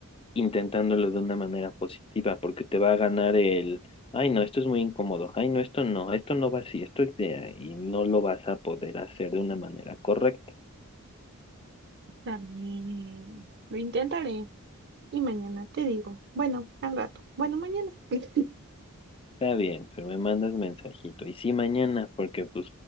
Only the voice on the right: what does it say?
Está bien. Lo intentaré y mañana te digo. Bueno, al rato. Bueno, mañana. <laughs>